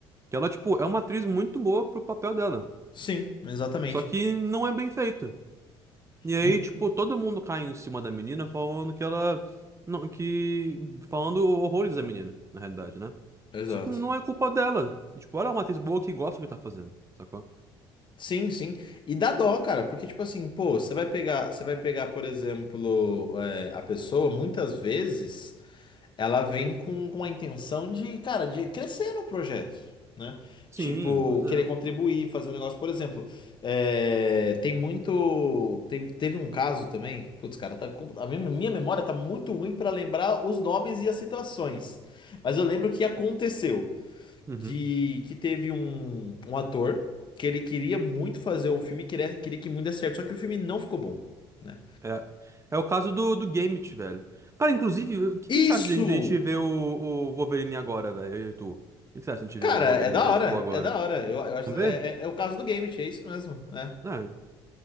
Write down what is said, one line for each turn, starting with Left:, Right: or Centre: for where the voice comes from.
Right: Que ela, tipo, é uma atriz muito boa pro papel dela.
Left: Sim, exatamente.
Right: Só que não é bem feita. E aí,
Left: Mu-
Right: tipo, todo mundo cai em cima da menina falando que ela. Não, que. Falando horrores da menina, na realidade, né?
Left: Exato.
Right: Só que não é culpa dela. E, Tipo, ela é uma atriz boa que gosta do que tá fazendo, sacou?
Left: Sim, sim. E dá dó, cara, porque tipo assim, pô, você vai pegar, você vai pegar, por exemplo, é, a pessoa, muitas vezes ela vem com, com a intenção de, cara, de crescer no projeto, né?
Right: Sim,
Left: Tipo,
Right: pois é.
Left: querer contribuir, fazer um negócio, por exemplo, é, tem muito, tem- teve um caso também, putz, cara, tá, com- a minha, minha memória tá muito ruim pra lembrar os nomes e as situações, mas eu lembro que aconteceu
Right: Uhum.
Left: de que teve um, um ator que ele queria muito fazer um filme, queria, queria que muito desse certo, só que o filme não ficou bom, né?
Right: É, é o caso do, do Gambit, velho. Cara, inclusive, o que,
Left: Isso!
Right: que você acha de de a gente ver o, o Wolverine agora, velho? Eu e tu. O que, que você acha de a gente
Left: Cara,
Right: ver o Wolverine
Left: é da
Right: Deadpool
Left: hora,
Right: agora?
Left: é da hora. Eu, eu acho
Right: Vamos
Left: que
Right: ver?
Left: é, é, é o caso do Gambit, é isso mesmo, né?
Right: É.